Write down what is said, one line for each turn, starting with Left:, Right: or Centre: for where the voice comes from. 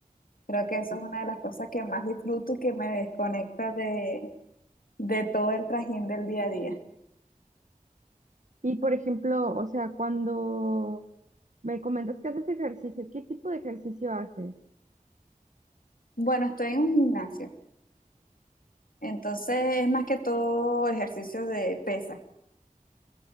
Left: Creo que eso
Right: ¿no?
Left: es una de las cosas que más disfruto y que me desconecta de, de todo el trajín del día a día.
Right: Y por ejemplo, o sea, cuando Me comentas que haces ejercicio. ¿Qué tipo de ejercicio haces?
Left: Bueno, estoy en un gimnasio, entonces es más que todo ejercicios de pesas.